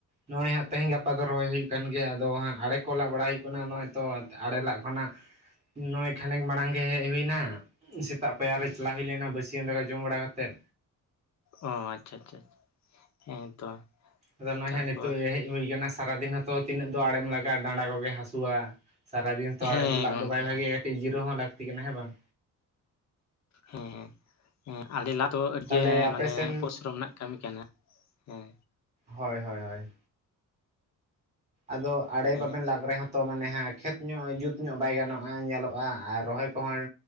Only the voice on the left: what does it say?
ᱚ ᱟᱪᱪᱷᱟ ᱟᱪᱷᱟ ᱦᱮᱸ ᱛᱚ
ᱛᱟᱨᱯᱚᱨ
ᱦᱮᱸ
ᱜᱚᱝᱠᱮ
ᱦᱮᱸ
ᱦᱮᱸ ᱦᱮᱸ ᱟᱲᱮ ᱞᱟᱜ ᱫᱚ ᱟᱹᱰᱤ
ᱜᱮ
ᱢᱟᱱᱮ
ᱯᱚᱨᱤᱥᱨᱚᱢ ᱨᱮᱱᱟᱜ ᱠᱟᱹᱢᱤ ᱠᱟᱱᱟ ᱦᱮᱸ
ᱦᱮᱸ